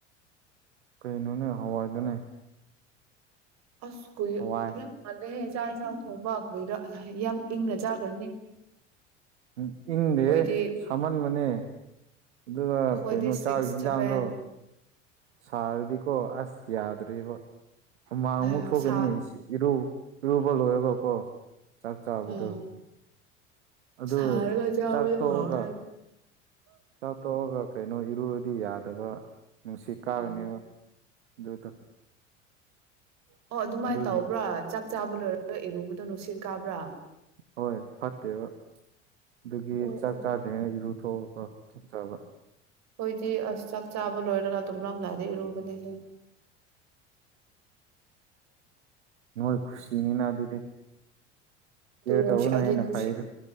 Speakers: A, on the right; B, on the right.
A: ꯀꯩꯅꯣꯅꯦ ꯍꯋꯥꯏꯗꯨꯅꯦ꯫
B: ꯑꯁ ꯀꯨꯏ
A: ꯍꯋꯥꯏ
B: ꯑꯗꯨ ꯃꯥꯜꯂꯦ ꯆꯥꯛ ꯌꯦꯟꯖꯥꯡ ꯊꯣꯡꯕ ꯀꯔꯤꯔ ꯌꯥꯝ ꯏꯪꯅ ꯆꯥꯈ꯭ꯔꯅꯤ꯫
A: ꯎ ꯏꯪꯗꯦ
B: ꯑꯩꯈꯣꯏꯗꯤ
A: ꯁꯥꯝꯃꯟꯕꯅꯦ ꯑꯗꯨꯒ
B: ꯑꯩꯈꯣꯏꯗꯤ
A: ꯀꯩꯅꯣ
B: ꯁꯤꯛꯁ
A: ꯆꯥꯛ ꯍꯤꯟꯖꯥꯡꯗꯣ
B: ꯁꯚꯦꯟ
A: ꯁꯥꯔꯗꯤꯀꯣ ꯑꯁ ꯌꯥꯗ꯭ꯔꯦꯕ꯫ ꯍꯨꯃꯥꯡ
B: ꯑꯥ
A: ꯑꯃꯨꯛ ꯊꯣꯛꯀꯅꯤ
B: ꯁꯥ
A: ꯏꯔꯨ ꯏꯔꯨꯕ ꯂꯣꯏꯔꯒꯀꯣ꯫ ꯆꯥꯛ ꯆꯥꯕꯗꯨꯣ
B: ꯑꯥ
A: ꯑꯗꯨ
B: ꯁꯥꯔꯒ ꯆꯥꯕꯗꯣ
A: ꯆꯥꯛ ꯇꯣꯛꯑꯒ
B: ꯍꯥꯎꯋꯦ
A: ꯆꯥꯛꯊꯣꯛꯑꯒ ꯀꯩꯅꯣ ꯏꯔꯨꯔꯗꯤ ꯌꯥꯗꯕ ꯅꯨꯡꯁꯤꯠ ꯀꯥꯒꯅꯦꯕ
B: ꯎꯝ
A: ꯑꯗꯨꯗꯣ꯫
B: ꯑꯣ ꯑꯗꯨꯃꯥꯏꯅ
A: ꯑꯗꯨꯒꯤ
B: ꯇꯧꯕ꯭ꯔꯥ ꯆꯥꯛ ꯆꯥꯕ ꯂꯣꯏꯔꯒ ꯏꯔꯨꯕꯗꯣ ꯅꯨꯡꯁꯤꯠ ꯀꯥꯕ꯭ꯔꯥ꯫
A: ꯍꯣꯏ ꯐꯠꯇꯦꯕ ꯑꯗꯨꯒꯤ
B: ꯑꯣ
A: ꯆꯥꯛ
B: ꯑꯣ
A: ꯆꯥꯗ꯭ꯔꯤꯉꯩ ꯏꯔꯨꯊꯣꯛꯑꯀ ꯆꯥꯛ ꯆꯥꯕ꯫
B: ꯑꯩꯈꯣꯏꯗꯤ ꯑꯁ ꯆꯥꯛ ꯆꯥꯕ ꯂꯣꯏꯔꯒ ꯇꯨꯝꯂꯝꯗꯥꯏꯗ ꯏꯔꯨꯕꯅꯤꯍꯦ꯫ <inaudible>
A: ꯅꯣꯏ ꯈꯨꯨꯁꯤꯅꯤꯅ ꯑꯗꯨꯗꯤ
B: ꯇꯨ
A: ꯀꯦꯌꯔ
B: ꯅꯨꯡꯁꯤ
A: ꯇꯧꯕꯅ
B: ꯑꯗꯤ
A: ꯍꯦꯟꯅ
B: ꯅꯨꯡꯁꯤ
A: ꯐꯩꯗ